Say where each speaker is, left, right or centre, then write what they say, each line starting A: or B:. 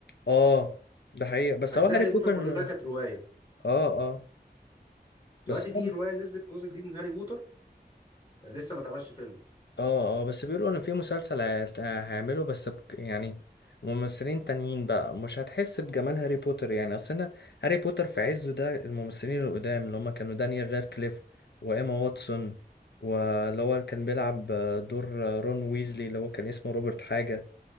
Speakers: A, on the left (about 80°); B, on the left (about 30°).
A: اه ده حقيقة بس
B: أجزاء
A: هو هاري
B: هاري
A: بوتر
B: بوتر كلها كانت رواية
A: اه اه بس
B: دلوقتي في
A: هو
B: رواية نزلت جزء جديد من هاري بوتر آه، لسه ما اتعملش فيلم
A: اه اه بس بيقولوا ان في مسلسل هيت- هيعمله بس بك يعني ممثلين تانيين بقى مش هتحس بجمال هاري بوتر يعني اصل انا هاري بوتر في عزه ده الممثلين القدام اللي هم كانوا دانيال رادكليف وايما واتسون واللي هو كان بيلعب دور رون ويزلي اللي هو كان اسمه روبرت حاجة